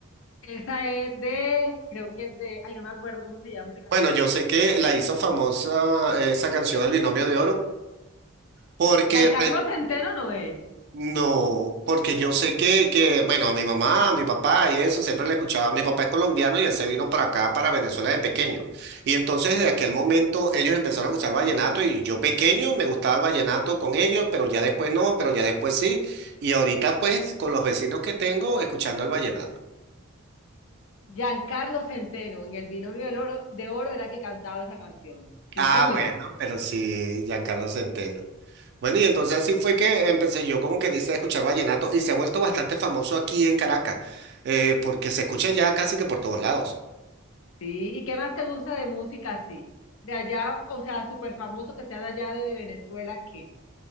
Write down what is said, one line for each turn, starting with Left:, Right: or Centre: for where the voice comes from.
Left: Esa es de, creo que es de, ay, no me acuerdo cómo se llama ese cantante.
Right: Bueno, yo sé que la hizo famosa eh, esa canción El Binomio de Oro, porque
Left: Giancarlo
Right: re-
Left: Centeno no es.
Right: No, porque yo sé que, que, bueno, a mi mamá, a mi papá y eso, siempre le escuchaba. Mi papá es colombiano y él se vino para acá, para Venezuela de pequeño. Y entonces, de aquel momento, ellos empezaron a escuchar vallenato y yo pequeño me gustaba el vallenato con ellos, pero ya después no, pero ya después sí. Y ahorita, pues, con los vecinos que tengo, escuchando el vallenato.
Left: Giancarlo Centeno, en el binomio del oro, de oro era que cantaba esa canción. Sí,
Right: Ah,
Left: señor.
Right: bueno, pero sí, Giancarlo Centeno. Bueno, y entonces así fue que empecé yo como que dice a escuchar vallenato y se ha vuelto bastante famoso aquí en Caracas, eh, porque se escucha ya casi que por todos lados.
Left: Sí. ¿Y qué más te gusta de música así? De allá, o sea, súper famoso que sea de allá de, de Venezuela, ¿qué?